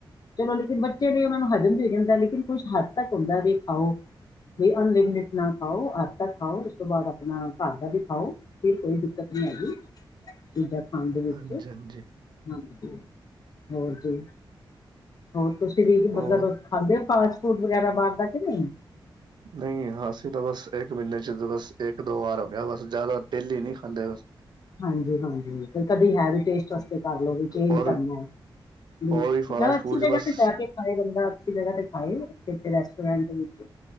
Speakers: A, on the left; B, on the right.
A: ਚਲੋ ਲੇਕਿਨ ਬੱਚੇ ਲਈ ਉਹਨਾਂ ਨੂੰ ਹਜਮ ਵੀ ਹੋ ਜਾਂਦਾ ਲੇਕਨ ਕੁਛ ਹੱਦ ਤੱਕ ਹੁੰਦਾ ਵੀ ਖਾਓ। ਅਨਲਿਮਟਿਡ ਨਾ ਖਾਓ ਹੱ ਤੱਕ ਖਾਓ ਉਸ ਤੋਂ ਬਾਅਦ ਆਪਣਾ ਘਰ ਦਾ ਵੀ ਖਾਓ। ਫ ਕੋਈ ਦਿੱਕਤ ਨਹੀ ਹੈਗੀ। ਚੀਜ਼ਾ ਖਾਣ ਦੇ ਵਿਚ
B: ਹਾਂਜੀ ਹਾਂਜੀ
A: ਹਾਂਜੀ ਹੋਰ ਜੀ ਹੋਰ ਤੁਸੀ ਵੀ ਮਤਲਬ
B: ਉਹ
A: ਖਾਂਦੇ ਹੋ ਫਾਸਟ ਫੂਡ ਵਗੈਰਾ ਬਾਹਰ ਦਾ ਕਿ ਨਹੀ।
B: ਨਹੀ ਹਾਂਸੀ ਤਾਂ ਬਸ ਇਕ ਮਹੀਨੇ ਚ ਬਸ ਇਕ ਦੋ ਵਾਰ ਹੋ ਗਿਆ ਬਸ ਜ਼ਿਆਦਾ ਡੇਲੀ ਨਹੀ ਖਾਂਦੇ ਬਸ।
A: ਹਾਂਜੀ ਹਾਂਜੀ ਤੇ ਕਦੇ ਹੈ ਵੀ ਟੇਸਟ ਕਰ ਲ ਵੀ ਚੇਂਜ
B: ਔਰ
A: ਕਰਨਾ ਬਿਲਕੁਲ
B: ਉਹ ਵੀ ਫਾਸਟ
A: ਜਿਆ ਅਛੀ
B: ਫੂਡ ਚ
A: ਜਗ
B: ਬਸ
A: ਤੇ ਜਾ ਕੇ। ਬੰਦਾ ਅਛੀ ਜਗਾ ਤੇ ਖਾਏ ਅੇ ਰੈਸਟੋਰੈਂਟ ਵਿਚ